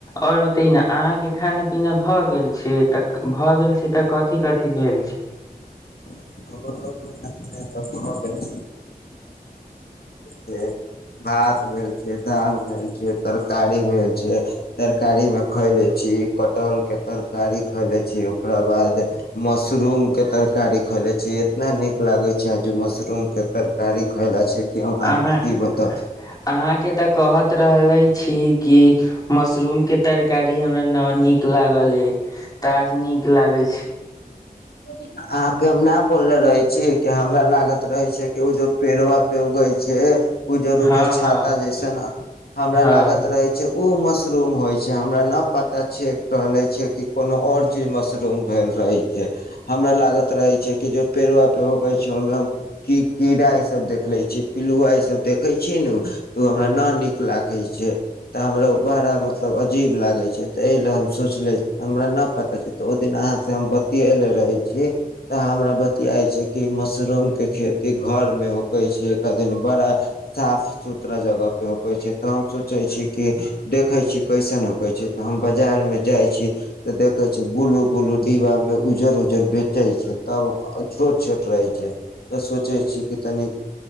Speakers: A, on the left; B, on the left.
A: आओर ओते न। अहाँके खाना पीना भऽ गेल छै तऽ भऽ गेल छै तऽ। कथी कथी भेल छै।
B: हमरो खाना पीना त भए गेल छै <inaudible> भात भेल छै दालि भेल छै तरकारी भेल छै तरकारी मे खैले छी कटहल के तरकारी खैले छी ओकरा बाद मशरूम के तरकारी। खले छी इतना नीक लागे छैज मशरूम के तरकारी खायलाे छै। कि हम अहाँके
A: अहाँ
B: की बताउ
A: अहाँके तऽ कहत। रहले छी। कि मशरूम के तरकारी हमरा न नीक लागल अ त आज नीक लागै छै।
B: अहाँके हम न बोलले रहे छी कि हमरा लागत रहे छै कि ओ जो पेड़वा पे उगै छै। उजर
A: हँ
B: उजर छाता
A: हँ
B: जैसन हमरा
A: हँ
B: लागत रहे छै। ओ मशरूम होइ छै हमरा नहि पता छेक रहलै छै कि कोनो आओर चीज मशरूम भेल रहैत छै। हमरा लागत रहे छै कि जे पेड़वा पे ऊगे छै ओहि मे की कीड़ा ई सब देखले छी पिलुवा इ सब देखे छी नु। तऽ ओ हमरा
A: ह
B: न नीक लाग। देखे छ तऽ हमरा उ बड़ा मतलब अजीब लागे छै ते ए ले हम सोचले हमरा न पता छै ते ओ दिन अहाँ से हम बतयले रहे। तऽ हमरा बतियाय छै कि मशरूम के खेती घर में होक छै एक आदम बड़ा साफ सुथरा जगह पे होक छै तऽ हम सोचे छी कि देखे छी कैसन होक छै तऽ हम बाजार में जाय छी त देखे छी ब्लू ब्लू डिबा मे उजर उ जे बेचै छै तब छोट छोट रहै छै तऽ सोचै छी कि तन